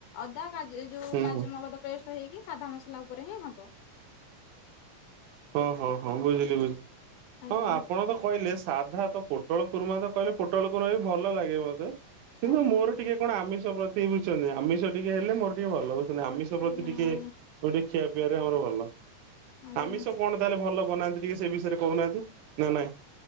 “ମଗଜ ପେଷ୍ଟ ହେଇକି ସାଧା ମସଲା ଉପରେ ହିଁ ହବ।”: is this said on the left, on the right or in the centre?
Left